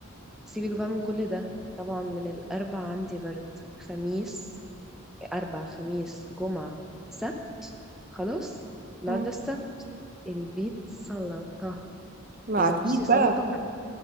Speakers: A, in the centre; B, on the right.
A: سيبك بقى من كل ده طبعا من الاربع عندي برد خميس اربع خميس جمعه سبت خلاص النهارده
B: مم.
A: السبت البيت سلطه
B: ما
A: يعني
B: اكيد
A: بصي سلطه
B: بقى